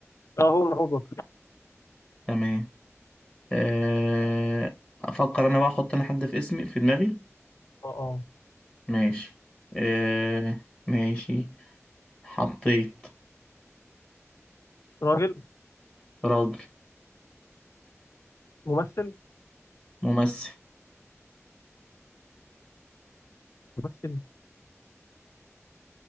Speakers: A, on the left; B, on the left.
A: اه هو محمود بكر
B: تمام آه، افكر انا بقى احط انا حد في اسمي في دماغي
A: اه اه
B: ماشي آه، ماشي حطيت
A: راجل
B: راجل
A: ممثل
B: ممثل
A: ممثل